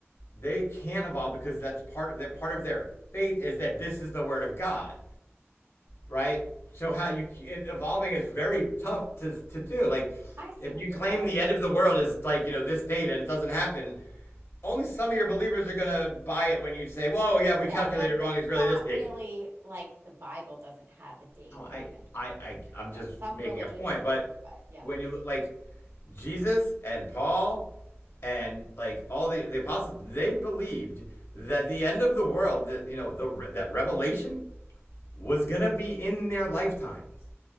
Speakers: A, on the left; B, on the right.
A: they can't evolve because that's part of that part of their faith is that this is the word of god right so how you it, evolving is very tough to to do like
B: I see
A: if
B: what
A: you
B: you're
A: claim
B: saying.
A: the end of the world is like you know this date and it doesn't happen only some of your believers are gonna buy it when you say whoa yeah we
B: Yeah.
A: calculated
B: But
A: wrong
B: there's
A: it's really
B: not
A: this date
B: really, like, the Bible doesn't have a date
A: no
B: for
A: i
B: the end of
A: i,
B: the world,
A: I i'm just
B: but some
A: making
B: religions
A: a point
B: do.
A: but
B: But yeah.
A: when you look like jesus and paul and like all the the apostles, they believed that the end of the world, that you know, the that revelation was gonna be in their lifetimes.